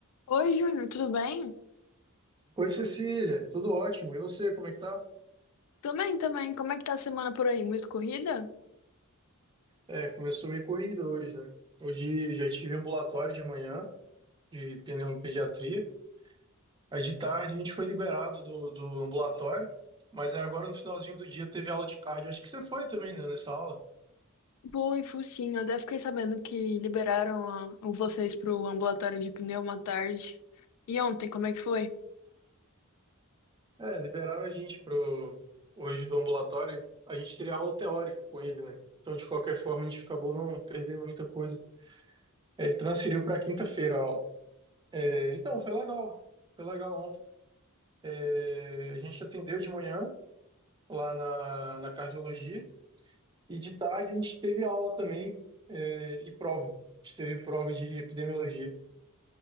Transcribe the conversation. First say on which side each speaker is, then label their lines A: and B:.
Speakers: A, on the left (about 85°); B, on the right (about 20°).
A: Oi, Júnior, tudo bem?
B: Oi, Cecília, tudo ótimo. E você, como é que tá?
A: Também, também. Como é que tá a semana por aí? Muito corrida?
B: É, começou meio corrida hoje, né? Hoje já tive ambulatório de manhã, de pneumopediatria. Aí de tarde a gente foi liberado do, do ambulatório, mas aí agora no finalzinho do dia teve aula de cardio. Acho que você foi também, né, nessa aula.
A: Pô, e focinho, eu até fiquei sabendo que liberaram a- o vocês pro ambulatório de pneu uma tarde. E ontem, como é que foi?
B: É, liberaram a gente pro, hoje do ambulatório. A gente teria aula teórica com ele, né? Então, de qualquer forma, a gente acabou não perdendo muita coisa. Ele transferiu para quinta-feira a aula. É, então, foi legal. Foi legal. É, a gente atendeu de manhã lá na, na cardiologia e de tarde a gente teve aula também é, e prova. A gente teve prova de epidemiologia.